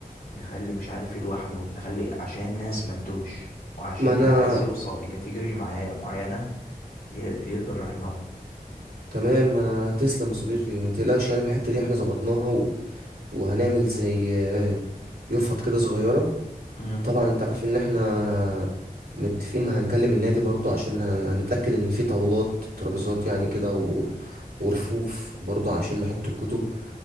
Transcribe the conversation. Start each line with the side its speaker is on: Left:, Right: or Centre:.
Left: نخلي مش عارف ايه لوحده نخلي عشان الناس ما تتوهش وعشان
Right: ما انا
Left: اللي عايز يوصل لكاتيجوري معي- معينة ي- يقدر يروح لها
Right: تمام ما انا تسلم يا صديقي ما تقلقش يعني من الحتة دي احنا ظبطناها و... وهنعمل زي آه، يفط كده صغيرة
Left: امم
Right: طبعا انت عارف ان احنا متفقين ان هنكلم النادي برضو عشان هن- هنتأكد ان في طاولات ترابيزات يعني كده ور- ورفوف برضو عشان نحط الكتب